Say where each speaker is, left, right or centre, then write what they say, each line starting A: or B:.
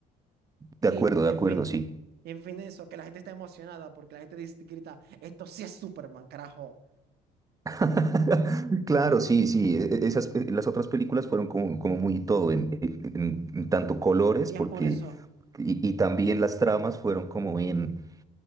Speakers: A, on the right (about 70°); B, on the right (about 20°).
A: Y,
B: De acuerdo,
A: y
B: de
A: en
B: acuerdo,
A: fin,
B: sí.
A: y en fin eso, que la gente está emocionada porque la gente dice- grita, esto sí es Superman, carajo.
B: <laughs> Claro, sí, sí. e- e- Esas, eh, las otras películas fueron como, como muy todo, en, en- en tanto colores,
A: Y
B: porque,
A: es por eso.
B: y, y también las tramas fueron como bien